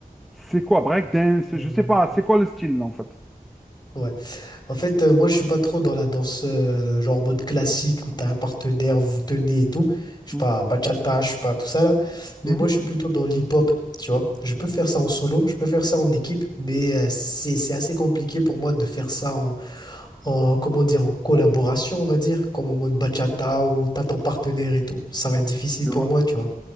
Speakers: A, in the centre; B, on the left.
A: C'est quoi? Breakdance?
B: <laughs> Euh,
A: Je sais pas. C'est quoi le style, en fait?
B: ouais. En fait, euh, moi, je suis pas trop dans la danse, euh, genre en mode classique où t'as un partenaire, vous tenez et tout. Je suis
A: Hmm,
B: pas bachata, je suis pas tout ça là. Mais
A: hmm,
B: moi, je suis plutôt dans l'hip-hop, tu vois. Je peux faire ça en solo, je peux faire ça en équipe, mais euh, c'est, c'est assez compliqué pour moi de faire ça en, en, comment dire, en collaboration, on va dire, comme en mode bachata où t'as ton partenaire et tout. Ça va être difficile
A: Je
B: pour
A: vois,
B: moi, tu vois.